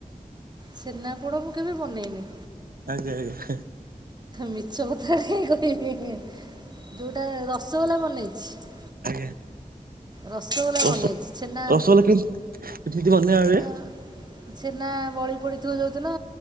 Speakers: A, on the right (about 30°); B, on the right (about 80°).
A: ଛେନାପୋଡ ମୁଁ କେବେ ବନେଇନି।
B: ଆଜ୍ଞା ଆଜ୍ଞା।
A: ମିଛ କଥାଟା କାଇଁ କହିବି ଯୋଉଟା ରସଗୋଲା ବନେଇଛି।
B: ଆଜ୍ଞା।
A: ରସଗୋଲା
B: ରସ
A: ବନେଇଛି ଛେନା
B: ରସଗୋଲା <inaudible>
A: ଅ, ଛେନା ବଳି ପଡିଥିବ ଯୋଉଦିନ